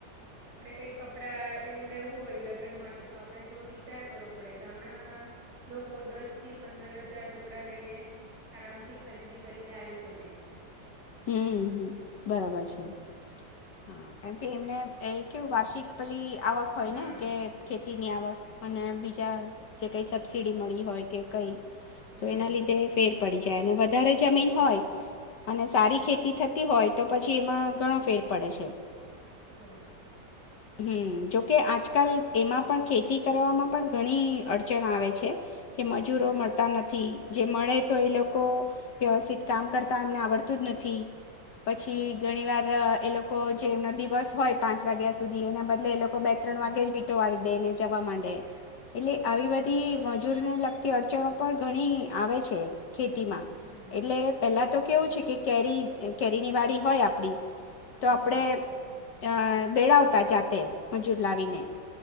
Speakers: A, on the right (about 65°); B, on the left (about 75°).
A: આપણે કઈક કપડાં એવું લેવું હોય લગ્ન માટે તો આપણે થોડો વિચાર કરવો પડે ગામડામાં લોકો દસ થી પંદર હજાર રોકડા લઈને આરામથી ખરીદી કરીને આવી શકે.
B: હમ્મ બરાબર છે કારણ કે એમને કેવું વાર્ષિક પેલી આવક હોય
A: હા
B: ને કે ખેતી ની આવક અને બીજી જ્યાં જે કંઈ સબસિડી મળી હોય કે કંઈ
A: હમ
B: એના લિધે તે ફે પડી જાય ને વધારે જમીન
A: બિલકુલ.
B: હોય અને સારી
A: હા
B: ખેતી થતી હોય તો પછી એમાં ઘણો ફેર પડે છે.
A: બરાબર.
B: હમ્મ જોકે આજકાલ એમાં પણ ખેતી કરવામાં પણ ઘણી અડચણ આવે છે. કે મજૂરો
A: હમ
B: મળતા નથી. જે મળે તો એ લોકો વ્યવસ્થિત કામ કરતા એમને આવડતું જ નથી. પછી ઘણી વાર એ લોકો જે એમનો દિવસ હોય પાંચ વાગ્યા સુધી <unintelligible> એટલે એ લોકો બે ત્રણ
A: હમ
B: વાગે જ વી ટો વારે એને જવામાંડે એલે આવી બધી મજૂરને લગ કે અડચણો પણ ઘણી આવે છે. ખેતીમાં
A: હમ
B: એટલે પહેલા તો કેવું છે કે કેરી કેરીની વાડી હોય આપડી તો આપડે
A: હમ
B: અ બે આવ જાતે મજૂર લાવીને